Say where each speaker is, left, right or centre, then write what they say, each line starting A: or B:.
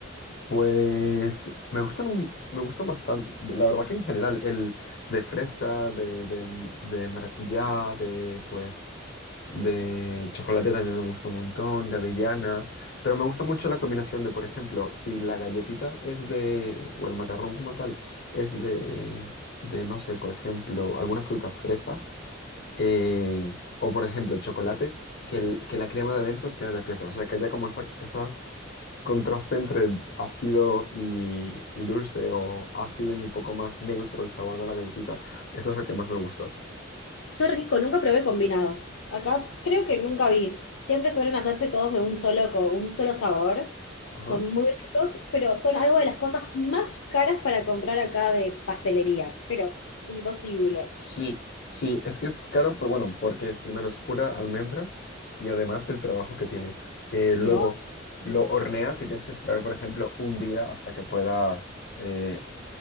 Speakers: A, on the left; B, on the left.
A: Pues me gustan, un- me gustan bastante, la verdad que en general, el de fresa, de, de, de maracuyá, de pues... De chocolate también me gusta un montón, de avellana, pero me gusta mucho la combinación de, por ejemplo, si la galletita es de, o el macarrón como tal, es de, de no sé, por ejemplo, alguna fruta fresa, eh, o por ejemplo, chocolate, que, el- que la crema de adentro sea de fresa, o sea, que haya como esa, esa contraste entre ácido y, y dulce, o ácido y un poco más neutro el sabor de la galletita, eso es lo que más me gusta.
B: Qué rico, nunca probé combinados. Acá creo que nunca vi. Siempre suelen hacerse todos de un solo, co- un solo sabor.
A: Ajá.
B: Y son muy ricos, pero son algo de las cosas más caras para comprar acá de pastelería. Pero imposible.
A: Sí, sí, es que es caro, pero bueno, porque es primero es pura almendra y además el trabajo que tiene. Que luego
B: No, no.
A: lo horneas y tienes que esperar, por ejemplo, un día hasta que puedas eh,